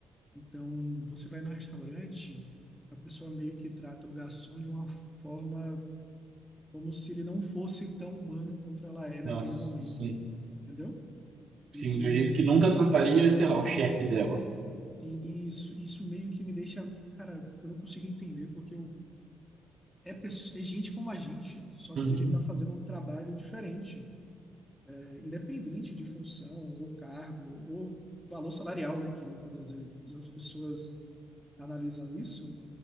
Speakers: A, in the centre; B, on the right.
A: Então, você vai no restaurante, a pessoa meio que trata o garçom de uma forma como se ele não fosse tão humano quanto ela é naquele
B: Nossa,
A: momento,
B: sim.
A: entendeu?
B: Sim,
A: Isso,
B: do jeito que nunca trataria, sei lá, o chefe dela.
A: isso, isso meio que me deixa, cara, eu não consigo entender porque eu, é, pesso- é gente como a gente, só
B: Uhum.
A: que ele tá fazendo um trabalho diferente, é, independente de função ou cargo ou valor salarial, né? Que muitas das vezes as pessoas analisam isso.